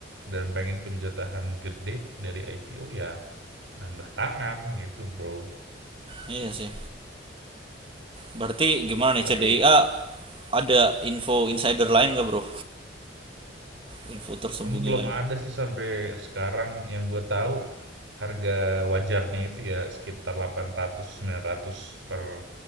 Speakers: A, on the right (about 85°); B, on the right (about 30°).
A: dan pengen penjatahan gede dari IPO ya nambah tangan gitu, Bro.
B: iya sih berarti gimana nih
A: Tapi
B: C D I a ada info insider lain gak bro info tersembunyi
A: mm, belum
B: lain
A: ada sih sampai sekarang yang gue tahu harga wajarnya itu ya sekitar 800 900 per